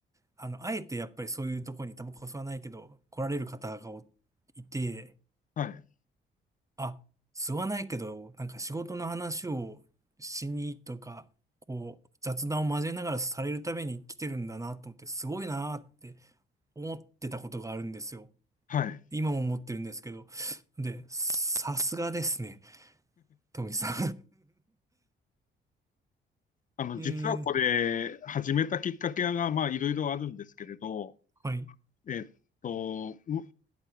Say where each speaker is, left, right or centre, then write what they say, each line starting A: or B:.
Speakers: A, on the right; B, on the left.
A: あの、あえてやっぱりそういうとこにタバコ吸わないけど来られる方がおいて、
B: はい。
A: あ、吸わないけど、なんか仕事の話をしにとか、こう、雑談を交えながらされるために来てるんだなと思って、すごいなって思ってたことがあるんですよ。
B: はい。
A: 今も思ってるんですけど。で、さすがですね。トミさん
B: あの、
A: <laughs> えー、
B: 実はこれ、始めたきっかけが、まあ、いろいろあるんですけれど、
A: はい。
B: えっと、う